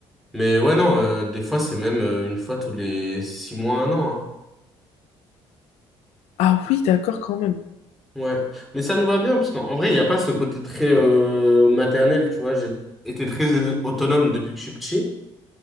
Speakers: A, in the centre; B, on the left.
A: Mais ouais, non, euh, des fois, c'est même euh, une fois tous les six mois, un an.
B: Ah oui, d'accord, quand même.
A: hein. Ouais. Mais ça nous va bien, parce qu'en en vrai, il n'y a pas ce côté très euh, maternel, tu vois. J'ai été très autonome depuis que je suis petit.